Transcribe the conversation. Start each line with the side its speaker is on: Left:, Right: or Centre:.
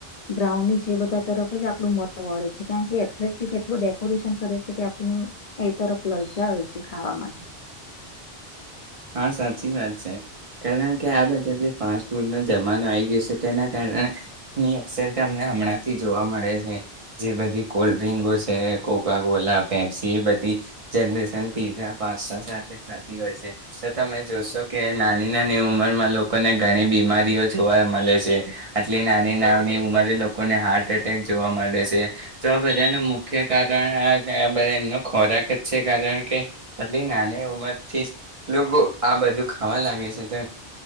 Left: બ્રાઉની છે એ બધા તરફ જ આપણું મ મળે છે કારણ કે એટ્રેક્ટિવ એટલું <unintelligible> કરે છે કે આપને એ તરફ લલચાવ છે ખાવા માટે
Right: હા સાચી વાત છે કારણ કે આ બધા જે ફાસ જમાનો આવી ગયો છે તેના કારણેની અસર તમને હમણાંથી જોવા મળે છે જે બધી કોલ્ડ ડ્રિકો છે કોકા કોલા પેપસી એ બધી જનરેન પીઝા પાસ્તા સાથે થતી હોય છે તો તમે જોશો કે નાની નાની ઉંમરમાં લોકોને ઘણી બીમારીઓ જોવા મળે છે આટલી નાની નાની ઉંમરે લોકોને હાર્ટ એટેક જોવા મળે છે તો આ બધાનું મુખ્ય કારણ બધા એમનો ખોરાક જ છે કારણ કે આટલી નાની ઉંમર થી લોકો આ બધું ખાવા લાગે છે તો